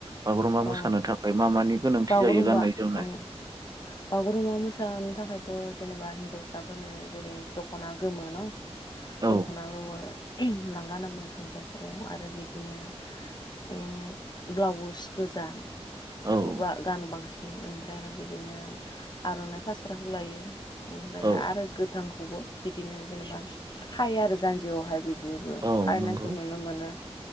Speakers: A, on the right; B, on the left.
A: बागुरुम्बा
B: औ
A: मोसानो थाखाय मा मानि गोनांथि
B: बागुरुम्बा
A: जायो गाननाय जोमनाय
B: ओं बागुरुम्बा मोसानो थाखायथ' जेनेबा हिनजावसाफोरनो जेरै दख'ना गोमो न।
A: औ
B: दख'ना गोमो लांगा होनना बुङो <unintelligible> औ आरो बिदिनो उम ब्लाउस गोजा।
A: औ
B: खोबा गानो बांसिन ओमफ्राय बिदिनो आर'नाइ फास्राखौ लायो। ओमफ्राय
A: औ
B: आरो गोथांखौबो बिदिनो जेनेबा खायो आरो जान्जियावहाय बि बिबो
A: औ
B: हायनायखौ
A: नंगौ
B: नुनो मोनो